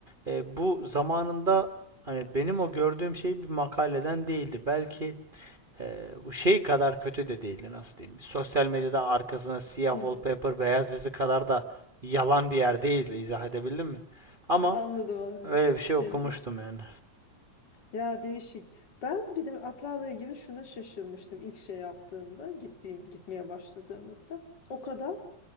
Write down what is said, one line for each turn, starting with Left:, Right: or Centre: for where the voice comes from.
Right: e, bu zamanında hani benim o gördüğüm şey bir makaleden değildi. Belki e, bu şey kadar kötü de değildi nasıl diyeyim. sosyal medyada arkasına siyah
Left: hı.
Right: wallpaper beyaz yazı kadar da yalan bir yer değildi. izah edebildim mi? Ama
Left: Anladım anladım.
Right: Öyle bir şey
Left: Şey.
Right: okumuştum yani.
Left: Ya değişik. Ben bir de atlarla ilgili şuna şaşırmıştım ilk şey yaptığımda, gittiğim gitmeye başladığımızda. O kadar